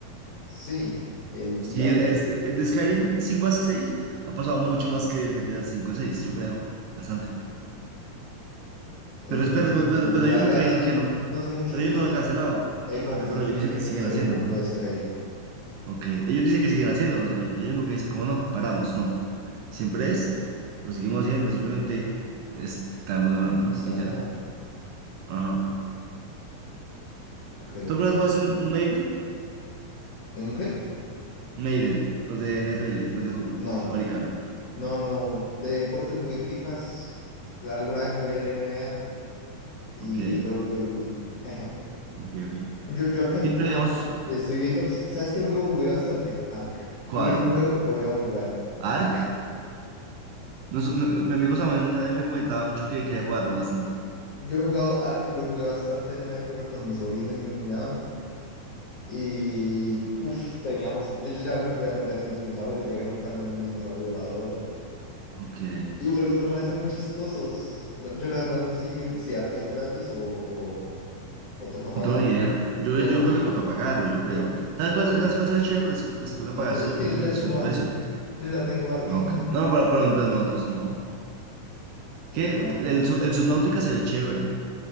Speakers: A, on the left; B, on the right.
A: Sí, el
B: Sí,
A: diablo,
B: el, este- el de Skyrim cinco a seis ha pasado mucho más que el G T a cinco a seis yo creo. Bastante.
A: es
B: Pero, es-
A: verdad.
B: pero, pero, pero-
A: No
B: pero
A: sé, la,
B: ellos nunca
A: la verdad
B: dicen
A: no,
B: que no.
A: no sé mucho,
B: Pero ellos
A: no
B: no lo
A: sé.
B: han cancelado.
A: He
B: Ellos
A: de confesar
B: no lo han cancelado. Ellos
A: que no
B: dicen
A: sé
B: que
A: mucho
B: siguen haciéndolo.
A: del mundo de Skyrim.
B: Ok. Ellos dicen que siguen haciéndolo. o sea, ellos nunca dicen como no, paramos. No. Siempre es, lo seguimos haciendo. Simplemente estamos demorándonos
A: Está
B: y
A: demorado.
B: ya. Ajá.
A: Ok,
B: ¿Tú
A: ok.
B: alguna vez jugaste un, un Maiden?
A: ¿En qué?
B: Maiden. Los de N F L los de fútbol
A: No,
B: americano.
A: no, no. De deportes jugué FIFAs. Alguna vez jugué el NBA y
B: Ok.
A: WWE. <laughs>
B: Ok, ok. Sí,
A: Yo, yo acá, yo
B: pero
A: acá
B: digamos.
A: también estoy viendo. ¿Sabes qué juego jugué bastante? Ark.
B: ¿Cuál?
A: Y es un juego que podríamos jugar.
B: ¿Ark? No, es- no- mi amigo Samuel eh, me comentaba mucho que quería jugarlo bastante.
A: Yo he jugado Ark, lo jugué bastante en una época con mi sobrino y mi cuñado. Y uff, teníamos. Yo, yo ya me podía montar en dinosaurio, llegué a montarme en un dinosaurio volador.
B: Ok,
A: Y los personajes son muy chistosos. No, Yo la verdad no sé si, si Ark es gratis o, o, o toca pagar.
B: no tengo ni idea. Yo,
A: Pero
B: yo creo que
A: uf
B: toca pagarlo, yo creo.
A: yo creo-
B: ¿Sabes cuál, sabes cuál se ve chévere? Pero es- pues toca
A: no
B: pagar
A: sé,
B: su,
A: es que
B: su,
A: yo ya
B: su
A: tengo Ark.
B: precio.
A: <laughs> Yo ya tengo Ark,
B: Ah,
A: <laughs> entonces.
B: ok. No, no, pero, pero, pero nosotros no.
A: O sea,
B: ¿Qué?
A: sería una
B: El,
A: compra.
B: Sub- el Subnautica se ve chévere.